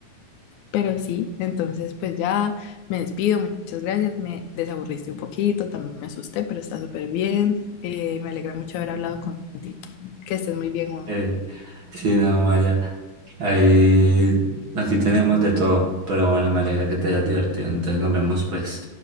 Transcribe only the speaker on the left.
Pero sí, entonces pues ya me despido, muchas gracias, me desaburriste un poquito, también me asusté, pero está súper bien. Eh, me alegra mucho haber hablado contigo. Que estés muy bien, Juan.